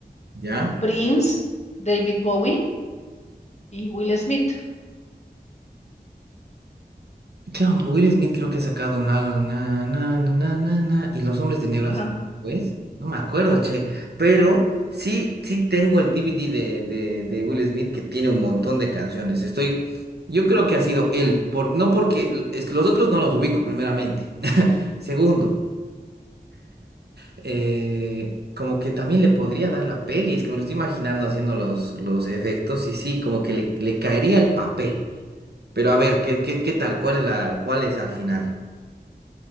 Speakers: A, on the right; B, on the left.
A: ¿Ya?
B: Prince, David Bowie y Will Smith.
A: Claro, Will Smith creo que ha sacado un álbum, na, na, na, na, na, na, y Los Hombres de Negro
B: Ajá.
A: han sacado, pues, no me acuerdo, che, pero sí, sí tengo el DVD de, de, de Will Smith que tiene un montón de canciones, estoy, yo creo que ha sido él, por, no porque, es que los otros no los ubico primeramente, <laughs> segundo, eh, como que también le podría dar la peli, es que me lo estoy imaginando haciendo los, los efectos, y sí, como que le, le caería el papel, pero a ver, ¿qué, qué, qué tal? ¿Cuál es la, cuál es al final?